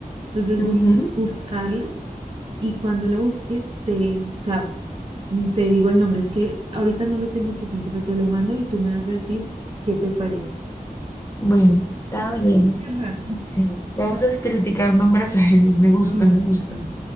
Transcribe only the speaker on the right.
Entonces
voy a buscarla y cuando la busque, te, o sea, mm, te digo el nombre. Es que ahorita no lo tengo presente, pero te lo mando y tú me vas a decir qué te parece.
¿no?
Sí, es raro.
Ay,
sí.